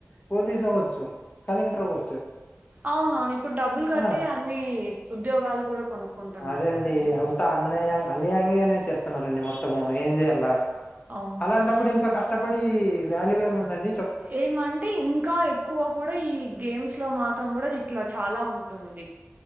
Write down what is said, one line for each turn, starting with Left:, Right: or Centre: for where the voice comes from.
Left: పోలీస్ అవ్వచ్చు కలెక్టర్ అవ్వచ్చు.
Right: అవునవును ఇప్పుడు డబ్బులు కట్టే
Left: ఆ
Right: అన్ని ఉద్యోగాలు కూడా కొనుక్కుంటున్నారు
Left: అదే
Right: కదండి
Left: అండి అంతా అన్యా అన్యాయంగానే చేస్తున్నారండి మొత్తము ఏం చేయాల.
Right: అవునవును
Left: అలాంటప్పుడు ఇంకా కష్టపడి వాల్యూ ఏముముందండి
Right: ఏమంటే, ఇంకా ఎక్కువ కూడా ఈ గేమ్స్ లో మాత్రం కూడా ఇట్లా చాలా ఉంటుంది.